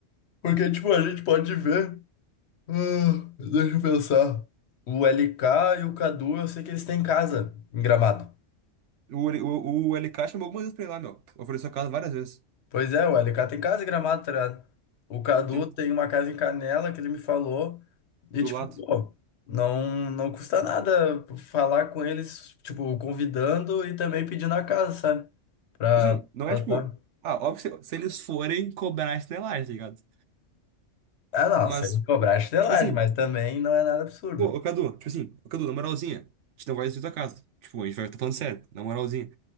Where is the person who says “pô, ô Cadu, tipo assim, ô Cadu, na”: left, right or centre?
Right